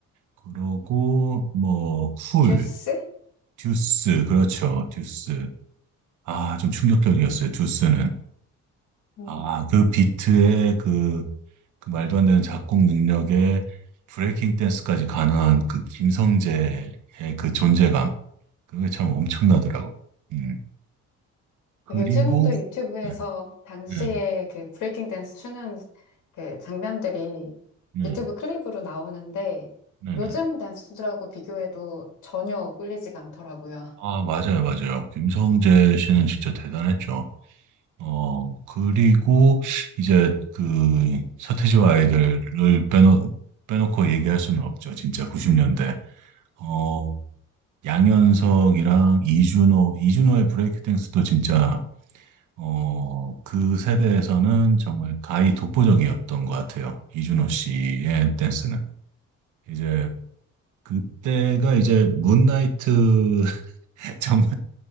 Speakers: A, on the right (about 80°); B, on the left (about 75°).
A: 그러고 뭐, 쿨,
B: 듀스?
A: 듀스, 그렇죠, 듀스. 아, 좀 충격적이었어요, 듀스는.
B: 네.
A: 아, 그 비트의 그 그 말도 안 되는 작곡 능력에 브레이킹 댄스까지 가능한 그 김성재의 그 존재감 그게 참 엄청나더라고요. 음. 그리고
B: 요즘도 유튜브에서
A: 네,
B: 당시에
A: 네,
B: 그 브레이킹 댄스 추는 그 장면들이
A: 네,
B: 유튜브 클립으로 나오는데
A: 네.
B: 요즘
A: 네.
B: 댄스들하고 비교해도 전혀 꿀리지가 않더라고요.
A: 아, 맞아요, 맞아요. 김성재 씨는 진짜 대단했죠. 어, 그리고 이제 그 서태지와 아이들을 빼놓, 빼놓고 얘기할 수는 없죠. 진짜 90년대. 어, 양현석이랑 이준호, 이준호의 브레이크 댄스도 진짜 어, 그 세대에서는 정말 가히 독보적이었던 것 같아요. 이준호 씨의 댄스는. 이제 그때가 이제 문나이트 <laughs> 정말